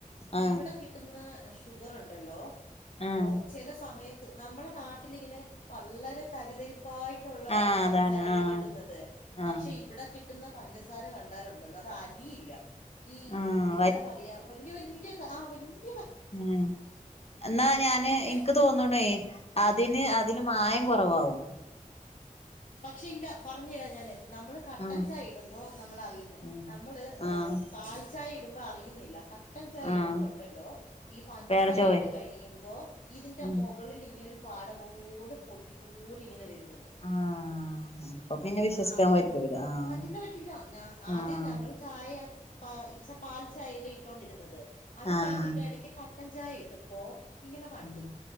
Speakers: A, on the left; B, on the left.
A: ആ
B: ഇവിടെ കിട്ടുന്ന ഷുഗർ ഉണ്ടല്ലോ
A: ആഹ്
B: ഓ ചില സമയത്ത് നമ്മളെ നാട്ടിലിങ്ങനെ വള്ളരെ തരിതരിപ്പ്‌ ഉറപ്പായിട്ടുള്ള
A: ആഹ്
B: പഞ്ചസാരല്ലേ
A: അതാണ് ആഹ്
B: കിട്ടുന്നത്
A: ആഹ്
B: പക്ഷെ ഇവിടെ കിട്ട് കിട്ടുന്ന പഞ്ചസാര കണ്ടാലുണ്ടല്ലോ അത് അലിയില്ല ഈ
A: ആഹ്
B: എന്താ പറയാ വലിയ വലിയ ആ വല്യ
A: ഉ എന്നാ ഞാനെ
B: പിന്നെ
A: എനിക്ക് തോന്നണേ അതിന് അതില് മായം കുറവാവും
B: പക്ഷെ ഇല്ല പറഞ്ഞു തരാ ഞാനെ നമ്മളു കട്ടൻ
A: ആഹ്
B: ചായ ഇടുമ്പോ നമ്മൾ അറിയുന്നെ
A: ആഹ്
B: നമ്മളെ ഏ
A: ആഹ്
B: പാൽ ചായ ഇട് ടുമ്പം അറിയുന്നില്ല കട്ട് ട്ടൻ ചായ
A: ആഹ്
B: ഇടുമ്പോ ഉണ്ടല്ലോ ഈ പഞ്ചസാര
A: വേറെ ചോയ്
B: ഇട്ട് കഴിയുമ്പോ ഇതിന്റെ
A: ആഹ്
B: മൊകളിൽ ഇങ്ങനെ ഒരു പാടപോലും പൊടി പോലിങ്ങനെ വരുന്നുണ്ട്-
A: ആഹ് അപ്പൊ പിന്നെ വിശ്വസിക്കാൻ
B: ആഹ്
A: പറ്റൂല ആഹ്
B: പറ്റില്ല പറ്റില്ല ഞാ ആദ്യം
A: ആഹ്
B: ഞങ്ങള് ചായ- ആഹ് ഇച പാൽ ചായയല്ലേ ഇട്ടോണ്ടിരുന്നത് അത്
A: ആഹ്
B: കഴിഞ്ഞിട്ട് ഇടക്ക് കട്ടൻ ചായ ഇട്ടപ്പോ- ഇങ്ങനെ കണ്ടു
A: ഉം